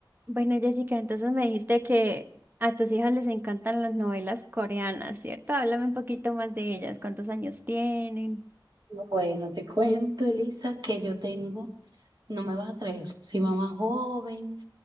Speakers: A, on the right; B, on the right.
A: Bueno, Jessica, entonces me dijiste que a tus hijas les encantan las novelas coreanas, ¿cierto? Háblame un poquito más de ellas. ¿Cuántos años tienen?
B: Bueno, te cuento, Elisa, que yo tengo, no me vas a creer, soy mamá joven,